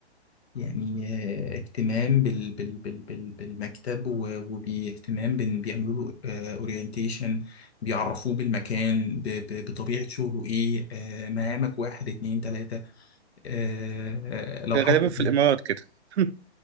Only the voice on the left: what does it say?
يعني آه، اهتمام بال بال بال بال بالمكتب و- وباهتمام بن- بيعملوا له اورينتيشن بيعرفوه بالمكان ب- ب- بطبيعه شغله ايه آه، مهامك واحد اتنين تلاته آه، آه، لو
حصل